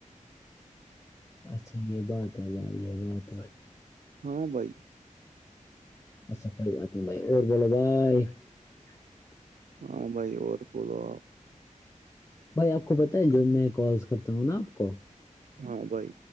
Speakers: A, on the left; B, on the right.
A: اچھا یہ بات ہے بھائی یہ بات ہے
B: ہاں بھائی
A: اچھا کوئی بات نہیں بھائی اور بولو بھائی <inaudible>
B: ہاں بھائی اور بولو آپ
A: بھائی آپ کو پت ہے جو میں کالس کرتا ہوں نا آپ کو
B: ہاں بھائی